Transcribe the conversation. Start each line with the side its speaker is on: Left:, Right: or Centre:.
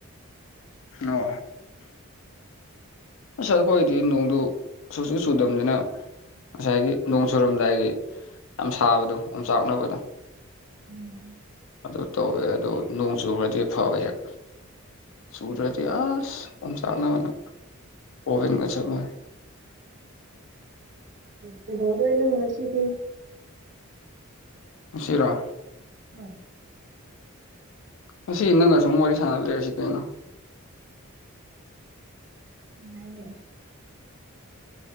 Left: ꯑꯣ ꯑꯁ ꯑꯩꯈꯣꯏꯗꯤ ꯅꯣꯡꯗꯨ ꯁꯨꯛꯁꯨꯨ ꯆꯨꯗꯕꯅꯤꯅ ꯉꯁꯥꯏꯒꯤ ꯅꯣꯡ ꯆꯨꯔꯝꯗꯥꯏꯒꯤ ꯌꯥꯝ ꯁꯥꯕꯗꯣ ꯑꯣꯝꯆꯥꯛꯅꯕꯗꯣ
Right: ꯎꯝ
Left: ꯑꯗꯨ ꯇꯧꯋꯦ ꯑꯗꯨ ꯅꯣꯡ ꯆꯨꯔꯗꯤ ꯐꯕ ꯍꯦꯛ ꯆꯨꯗ꯭ꯔꯗꯤ ꯑꯁ ꯑ ꯑꯣꯚꯦꯟꯒꯥ ꯆꯞ ꯃꯅꯩ
Right: ꯀꯩꯗꯧꯗꯣꯏꯅꯣ ꯉꯁꯤꯗꯤ
Left: ꯉꯁꯤꯔꯣ
Right: ꯎꯝ
Left: ꯉꯁꯤ ꯅꯪꯒ ꯁꯨꯝ ꯋꯥꯔꯤ ꯁꯥꯟꯅ ꯂꯩꯔꯁꯤ ꯀꯩꯅꯣ
Right: ꯌꯥꯏꯅꯦ